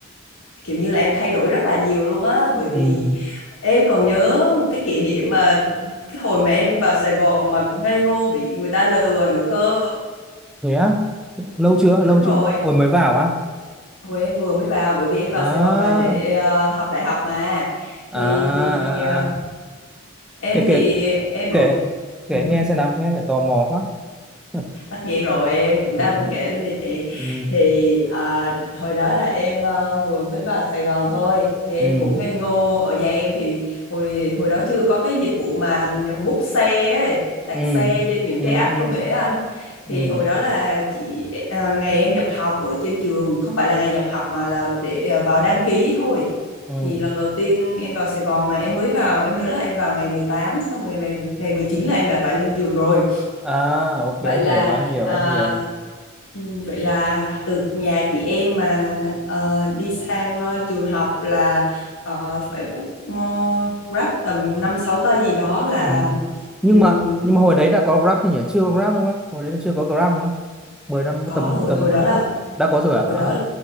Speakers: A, on the left (about 80°); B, in the centre.
A: kiểu như là em thay đổi rất là nhiều luôn á
B: Ừ,
A: bởi vì em còn nhớ một cái kỷ niệm mà cái hồi mà em vào Sài Gòn mà ngây ngô bị người ta lừa nữa cơ
B: thế á? Lâu chưa? Lâu
A: đúng rồi
B: chưa? Hồi mới vào á?
A: hồi em vừa mới vào bởi vì em vào
B: À,
A: Sài Gòn là để ờ, học đại học mà thì
B: à, à.
A: thì ờ,
B: à.
A: em
B: Kể,
A: thì
B: kể,
A: em
B: kể,
A: ở
B: kể
A: ừ.
B: nghe xem nào, nghe phải tò mò quá. <laughs>
A: tất nhiên rồi em cũng đang
B: Ừ,
A: muốn kể đây nè
B: ừ,
A: thì à, hồi đó là em ờ, vừa mới vào Sài Gòn thôi thì em
B: ừ,
A: cũng ngây ngô ở nhà em thì hồi hồi đó chưa có cái dịch vụ mà book xe ấy đặt
B: ừ,
A: xe trên những
B: ừ,
A: cái app
B: ừ,
A: công nghệ á anh thì
B: ừ,
A: hồi đó là chị ờ, ngày em nhập học ở trên trường không phải là ngày nhập học mà là để ờ, vào đăng ký thôi
B: ừ.
A: thì lần đầu tiên em vào Sài Gòn mà em mới vào em nhớ là em vào ngày 18 xong rồi ngày ngày 19 là em đã phải lên trường rồi
B: À, ok,
A: vậy
B: anh
A: là
B: hiểu, anh hiểu,
A: à,
B: anh hiểu.
A: Ừ, vậy là từ nhà chị em mà ờ, đi sang ờ, trường học là ờ, phải book ờ, Grab tầm 5 6 cây gì đó là
B: Ừ. Nhưng
A: ừm,
B: mà nhưng mà hồi đấy đã có Grab thì nhỉ? Chưa có Grab đúng không? Hồi đấy là chưa có Grab đúng không? 10 năm có
A: có
B: tầm
A: rồi,
B: tầm
A: hồi đó là
B: đã có rồi
A: hồi
B: à? À,
A: đó